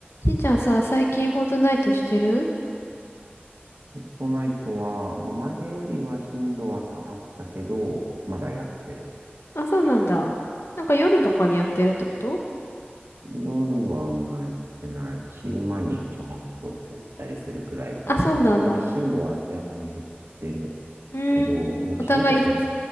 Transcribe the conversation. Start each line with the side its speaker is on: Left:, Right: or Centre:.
Left: しんちゃんさ、最近フォートナイトしてる
Right: フォートナイトは、まあ、前よりは頻度は下がったけど、まだやってる。
Left: あ、そうなんだ。なんか夜とかにやってるってこと
Right: 夜はあんまやってない。昼間にちょっとやったりするくらいかな。
Left: あ、そうなんだ。
Right: でも、頻度は明らかに減ってる
Left: うーん。
Right: けど、もう気づいたら多分、
Left: お互い、